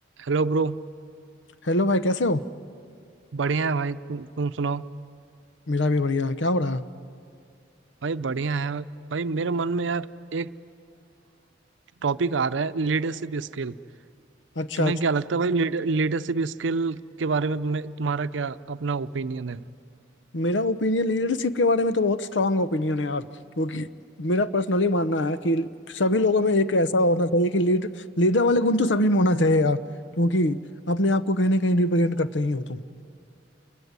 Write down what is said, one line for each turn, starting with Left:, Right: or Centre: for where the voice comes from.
Right: Hello bro
Left: Hello भाई कैसे हो
Right: बढ़िया है भाई तुम तुम सुनाओ
Left: मेरा भी बढ़िया है। क्या हो रहा है
Right: भाई बढ़िया है भाई मेरे मन में यार एक टॉपिक आ रहा है लीडरशिप स्किल
Left: अच्छा
Right: तुम्हें
Left: अच्छा
Right: क्या लगता है भाई लीडरशिप स्किल के बारे में तुम्हें तुम्हारा क्या अपना ओपिनियन है
Left: मेरा ओपिनियन लीडरशिप के बारे में तो बहुत स्ट्रांग ओपिनियन है यार क्योंकि मेरा पर्सनली मानना है कि सभी लोगों में एक ऐसा होना चाहिए कि लीड लीडर वाले गुण तो सभी में होना चाहिए यार क्योंकि अपने आप को कहीं ना कहीं रिप्रेजेंट करते ही हो तुम